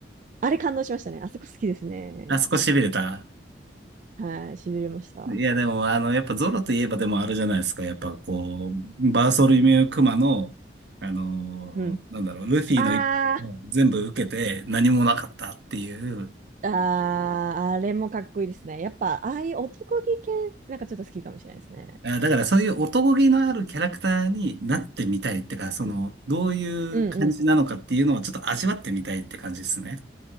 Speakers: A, on the right; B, on the right.
A: あれ感動しましたね。あそこ好きですね。
B: あそこ痺れた。
A: はい、しびれました。
B: いや、でも、あの、やっぱゾロといえばでもあれじゃないですか。やっぱこう、バーソルミュークマの、あのーなんだろう、
A: うん。
B: ルフィの一撃を全部受けて何もなかったっていう。
A: ああ、ああ、あれもかっこいいですね。やっぱ、ああいう男気系、なんかちょっと好きかもしれないですね。
B: あだからそういう男気のあるキャラクターになってみたいってか、その、
A: うん、
B: どういう感じなのかっていうのをちょっと味わってみたいって感じですね。
A: うん、